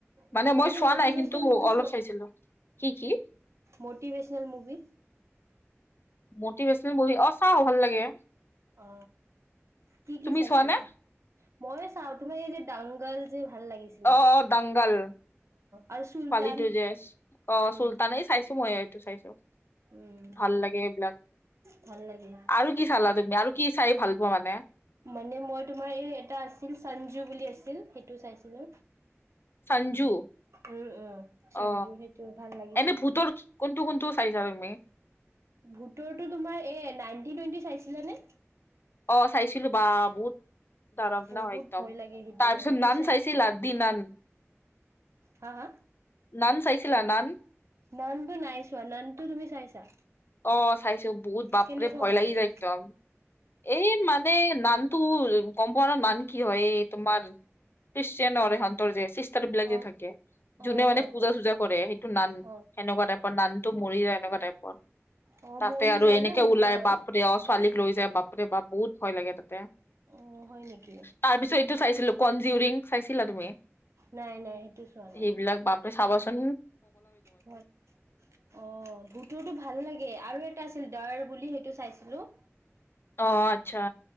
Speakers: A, on the left; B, on the right.
A: মানে
B: উম
A: মই
B: এনে
A: চোৱা
B: মটিভেশনেল
A: নাই কিন্তু
B: মুভি
A: অলপ চাইছিলো কি-কি?
B: Motivational movie.
A: মটিভেশ্যেনেল মুভি অ, চাও ভাল লাগে।
B: অ, কি - কি
A: তুমি
B: চাইছিলে?
A: চোৱা নে
B: ময়ে চাও তোমাৰ এই যে ডাংগাল যে ভাল লাগিছিল।
A: অ', অ', ডাংগাল
B: আৰু চুলতান
A: ছোৱালীটো যে চ অ,
B: উম
A: চুলতানেই চাই চো মই এইটো চাইছো।
B: উম
A: ভাল লাগে এইবিলাক
B: ভাল লাগে
A: আৰু কি চালা তুমি আৰু কি চাই ভাল পোৱা মানে।
B: মানে মই তোমাৰ এই এটা আছিল চঞ্জু বুলি আছিল সেইটো চাইছিলো।
A: সঞ্জু
B: উম - উম সঞ্জু
A: অ
B: সেইটো ভাল লাগিছিলে।
A: এনে ভূতৰ কোনটো - কোনটো চাইছা তুমি?
B: ভোতৰটো তোমাৰ এ নাইনটিন টুৱেণ্টি চাইছিলা নে?
A: অঁ চাইছিলো বাহ বহুত দৰাৱানা
B: বহুত
A: হয় একদম
B: ভয় লাগে সেইটো
A: তাৰপিছত
B: সেইটো
A: নান
B: চাই
A: চাইছিলা? দি নান।
B: হা হা?
A: নান চাইছিলা নান?
B: নানটো নাই চোৱা। নানটো তুমি চাইছা?
A: অঁ চাইছো বহুত বাপৰে
B: কেনেকুৱা
A: ভয়
B: হয়
A: লাগি
B: এইটো
A: যায় একদম। এই মানে নামটো কম তোমাৰ নান কি হয় তোমাৰ খ্ৰীষ্টান ৰ ইহতৰ ৰ যে চিষ্টাৰ বিলাক
B: অ
A: যে থাকে যোনে
B: অ
A: মানে
B: অ
A: পূজা
B: হয়
A: চূজা কৰে সেইটো নান
B: অ
A: সেনেকুৱা টাইপৰ নানটো মৰি যায় এনেকুৱা টাইপৰ
B: অ
A: তাতে
B: মৰি
A: আৰু
B: যায়
A: এনেকে
B: ন সেনেকুৱা
A: ওলাই
B: হয়
A: বাপৰে অ ছোৱালীক লৈ যায় বাপৰে বাপ বহুত ভয় লাগে তাতে
B: অ হয় নেকি
A: তাৰপিছত এইটো চাইছিলো কনজিউৰিং চাইছিলা তুমি
B: নাই নাই সেইটো চোৱা
A: সেইবিলাক বাপ তুমি চাবচোন
B: ম অ ভূতৰটো ভাল লাগে আৰু এটা আছিল দাৰ বুলি সেইটো চাইছিলো
A: অ আচ্ছা